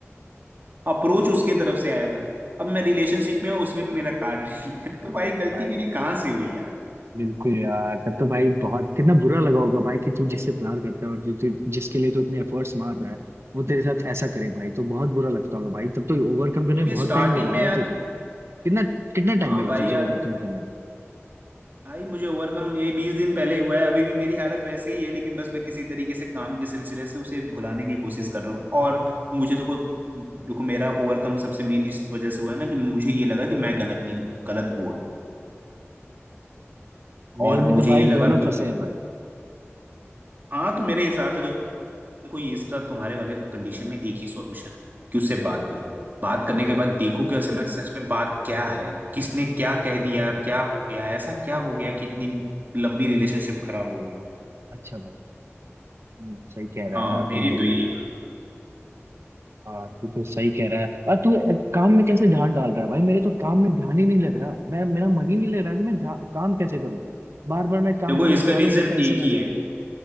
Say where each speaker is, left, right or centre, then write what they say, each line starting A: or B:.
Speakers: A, on the right (about 40°); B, on the right (about 65°).
A: अप्रोच उसके तरफ से आया था अब मैं रिलेशनशिप में हूँ उसमें भी मेरा काट रही <laughs> है तो भाई गलती
B: भाई
A: मेरी कहाँ से हुई यार
B: बिल्कुल यार तब तो भाई बहुत कितना बुरा लगा होगा भाई कि तू जिससे प्यार करता है और जो तू जिसके लिए तू इतने एफर्ट्स मार रहा है वो तेरे साथ ऐसा करे भाई तो बहुत बुरा लगता होगा भाई तब तो ओवरकम करने
A: क्योंकि
B: में बहुत
A: स्टार्टिंग
B: टाइम लगा होगा
A: में यार
B: तुझे कितना कितना
A: हाँ
B: टाइम लगा
A: भाई
B: तुझे
A: यार
B: ओवरकम करने में
A: भाई मुझे ओवरकम यही बीस दिन पहले हुआ है अभी भी मेरी हालत वैसे ही है लेकिन बस मैं किसी तरीके से काम के सिलसिले से उसे भुलाने की कोशिश कर रहा हूँ और मुझे देखो देखो मेरा ओवरकम सबसे मेन इस वजह से हुआ है ना कि मुझे ये लगा कि मैं गलत नहीं हूँ, गलत वो है और
B: मेरे में
A: मुझे
B: तो
A: ये
B: भाई
A: लगा
B: दोनों
A: कि
B: फंसे हैं भाई
A: हाँ तो मेरे हिसाब से तो कोई इसका तुम्हारे वाले कंडीशन में एक ही सॉल्यूशन कि उससे बात करो बात करने
B: अच्छा
A: के बाद देखो कि असल में सच में बात क्या है किसने क्या कह दिया क्या हो गया ऐसा क्या हो गया कि इतनी लंबी रिलेशनशिप खराब हो गई
B: अच्छा भाई हम्म, सही कह रहा
A: हाँ
B: है यार
A: मेरी
B: तू तो
A: तो यही बात
B: हाँ तू तो सही कह रहा है और तू अ, काम में कैसे ध्यान डाल रहा है भाई मेरे तो काम में ध्यान ही नहीं लग रहा मैं मेरा मन ही नहीं लग रहा कि मैं ध्या- काम कैसे करूँ बार बार मैं काम
A: देखो
B: करने
A: इसका
B: जा रहा
A: रीजन
B: हूँ वो टेंशन
A: एक
B: आ
A: ही
B: जा
A: है
B: रही है